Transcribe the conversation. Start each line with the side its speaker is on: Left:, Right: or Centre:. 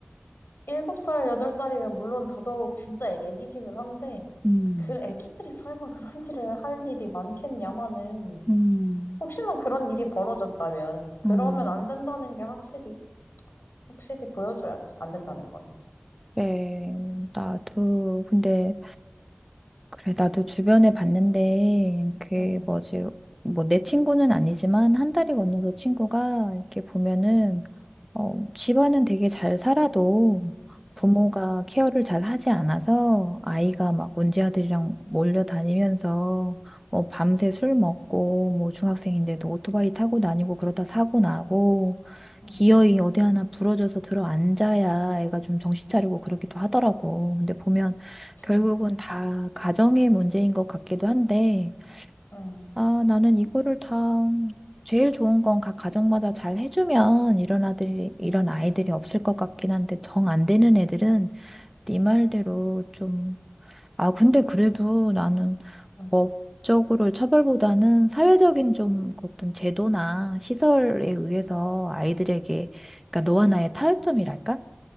Left: 일곱 살 여덟 살이면 물론 더더욱 진짜 애기기는 한데,
Centre: 음,
Left: 그 애기들이 설마 그런 <laughs> 일을 할 일이 많겠냐마는,
Centre: 음,
Left: 혹시나 그런 일이 벌어졌다면, 그러면
Centre: 음.
Left: 안 된다는 게 확실히, 확실히 보여줘야지. 안 된다는 거를.
Centre: 네, 나도, 근데, 그래, 나도 주변에 봤는데, 그,
Left: 응,
Centre: 뭐지, 뭐, 내 친구는 아니지만, 한 달이 건너서 친구가, 이렇게 보면은,
Left: 응,
Centre: 어, 집안은 되게 잘 살아도 부모가
Left: 응,
Centre: 케어를 잘 하지 않아서 아이가 막
Left: 응,
Centre: 문제 아들이랑 몰려다니면서 뭐 밤새 술 먹고 뭐 중학생인데도 오토바이 타고 다니고 그러다 사고 나고
Left: 응,
Centre: 기어이 어디 하나 부러져서 들어 앉아야 애가 좀 정신 차리고 그러기도 하더라고. 근데 보면
Left: 그치.
Centre: 결국은 다 가정의 문제인 것 같기도 한데
Left: 응,
Centre: 아, 나는 이거를 다 제일 좋은 건 각 가정마다 잘 해주면 이런 아들이, 이런
Left: 응,
Centre: 아이들이 없을 것 같긴 한데 정 안 되는 애들은 네 말대로 좀, 아, 근데 그래도 나는
Left: 응,
Centre: 법적으로 처벌보다는 사회적인 좀 어떤 제도나 시설에 의해서 아이들에게, 그러니까 너와 나의 타협점이랄까?